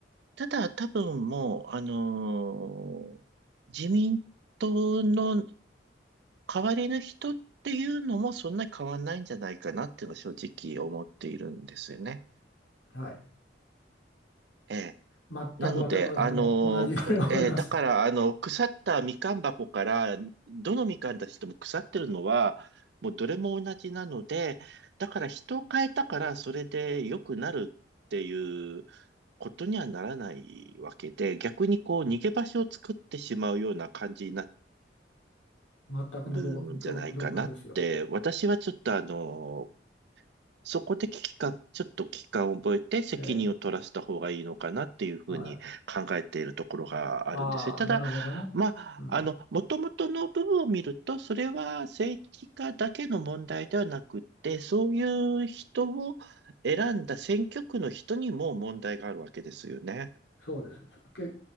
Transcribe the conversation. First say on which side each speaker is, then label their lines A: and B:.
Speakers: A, on the right (about 65°); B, on the left (about 75°).
A: ただ多分もう、あのー自民党の代わりの人っていうのもそんなに変わんないんじゃないかなっていうのは正直思っているんですよね。
B: はい
A: ええ
B: 全くわた私も同じように思います
A: なので、あの、くえーだから、あの、腐ったみかん箱から、どのみかんたちとも腐ってるのは、もうどれも同じなので、だから人を変えたから、それで良くなるっていうことにはならないわけで、逆にこう、逃げ場所を作ってしまうような感じにな
B: 全くの同、
A: るんじゃないかなって、
B: 同、同感ですよ
A: 私はちょっとあの、そこで危機感、ちょっと危機感を覚えて責任を取らせた方がいいのかなっていうふうに考えているところがあるんですね。
B: ええはいああなるほどね
A: ただ、まあ、
B: うん
A: あの、もともとの部分を見ると、それは政治家だけの問題ではなくって、そういう人を選んだ選挙区の人にも問題があるわけですよね。
B: そうですけ